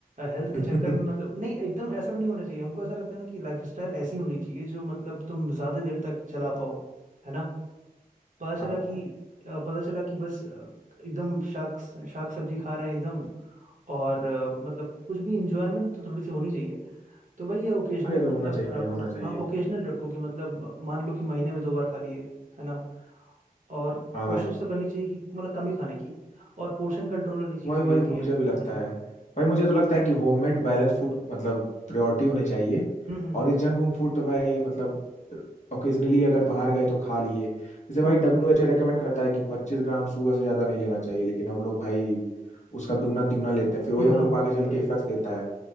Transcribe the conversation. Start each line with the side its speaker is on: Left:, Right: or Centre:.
Right: हेल्थ के
Left: <laughs>
Right: चक्कर
Left: हाँ
Right: में मतलब नहीं एकदम ऐसा भी नहीं होना चाहिए हमको ऐसा लगता है ना कि लाइफस्टाइल ऐसी होनी चाहिए जो मतलब तुम ज्यादा देर तक चला पाओ है ना पता चला
Left: हाँ,
Right: कि अ, पता चला कि बस अ, एकदम शाक शाक सब्जी खा रहे हैं एकदम और अ, मतलब कुछ भी इंजॉयमेंट तो थोड़ी सी होनी चाहिए तो वही है ओकेजनल
Left: ये तो
Right: मतलब
Left: होना चाहिए
Right: रखो
Left: भाई होना चाहिए
Right: हाँ ओकेजनल रखो कि मतलब मान लो कि महीने में दो बार खा लिए है ना और
Left: हाँ
Right: कोशिश
Left: भाई
Right: तो करनी चाहिए कि मतलब कम ही खाने की और पोर्शन कंट्रोल वाली चीज़
Left: वही
Right: भी
Left: वही
Right: होती
Left: मुझे
Right: है हम्म
Left: भी लगता है भाई मुझे तो लगता है कि होममेड बैलेंस फूड मतलब प्रायोरिटी होनी चाहिए
Right: हम्म हम्म
Left: और
Right: हम्म
Left: ये जंक वंक फूड तो भाई मतलब ओकेजनली अगर बाहर गए तो खा लिए जैसे भाई
Right: हम्म
Left: डब्ल्यू एच ओ रिकमेंड करता है कि पच्चीस ग्राम सुगर से ज़्यादा नहीं लेना चाहिए लेकिन हम लोग भाई उसका दुगना तिगुना लेते हैं फिर वही
Right: हम्म, <laughs>
Left: हम
Right: हाँ
Left: लोग को आगे चल
Right: पता
Left: के इफेक्ट
Right: ही नहीं चलता
Left: देता है